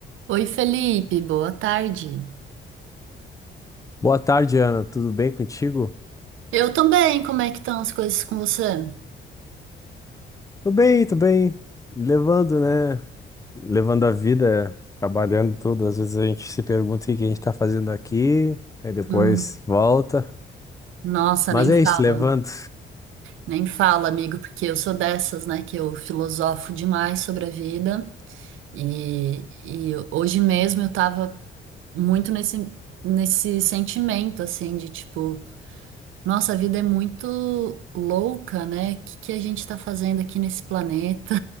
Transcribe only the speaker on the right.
Oi, Felipe, boa tarde.
Eu também, como é que estão as coisas com você?
Hum,
nossa,
nem
fala,
nem fala, amigo, porque eu sou dessas, né, que eu filosofo demais sobre a vida e, e hoje mesmo eu tava muito nesse, nesse sentimento, assim, de tipo, nossa, a vida é muito louca, né? O que que a gente tá fazendo aqui nesse planeta?